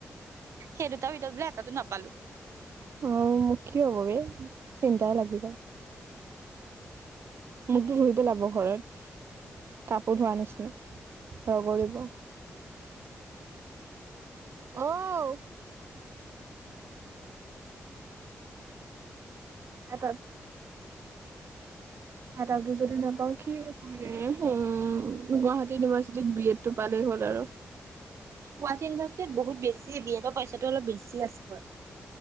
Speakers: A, on the right (about 80°); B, on the right (about 60°).
A: সেই দুটাৰ ভিতৰত বোলে এটাটো নাপালো
B: অ মোক কি হ'ব বে চিন্তাই লাগি যায় মোকতো ধুই পেলাব ঘৰত কাপোৰ ধোৱা নিচিনা ৰগৰিব অও এটা এটাটো যদি নাপাওঁ কি গুৱাহাটী ইউনিভাৰ্চিট বি এডটো পালে হল আৰু
A: গুৱাহাটী ইউনিভাৰ্চিটিত বহুত বেছি বি এডৰ পইচাটো অলপ বেছি আছে হয়